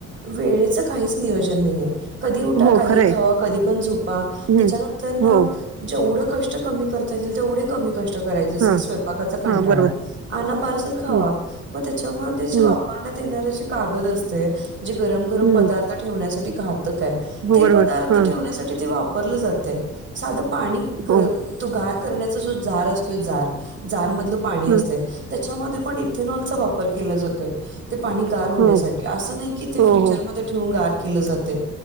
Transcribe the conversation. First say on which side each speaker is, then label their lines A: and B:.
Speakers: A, on the right; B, on the right.
A: वेळेच काहीच नियोजन नाहीे कधी उठा
B: हो,
A: काही
B: खरं आहे.
A: खावा कधी पण झोपा
B: हं.
A: त्याच्यानंतर न
B: हो.
A: जेवढं कष्ट कमी करता येतीलल तेवढे कमी कष्ट करायचे जसं
B: हां.
A: की स्वयपाकाचा कंटाळा
B: हां, बरोबर.
A: अ् पार्सल खावा
B: हं,
A: मग त्याच्यामध्ये जे
B: हं,
A: वापरण्यात येणार जे कागद असते जे गरम गरम
B: हं.
A: पदार्थ ठेवण्यासाठी घातक आहे
B: हो,
A: ते
B: बरोबर.
A: पदार्थ
B: हां.
A: ठेवण्यासाठी ते वापरलं जातय साधं पाणी
B: हो.
A: तो गार करण्याचा जो जार असतोय जार जार मधलं पाणी
B: हं.
A: असतं त्याच्यामध्ये पण इथेनॉलचा वापर केला जातोय ते पाणी गार होण्यासाठी
B: हो.
A: असं नाही की ते
B: हो,
A: फ्रीिजरमध्ये
B: हो.
A: ठेवून गार केलं जाते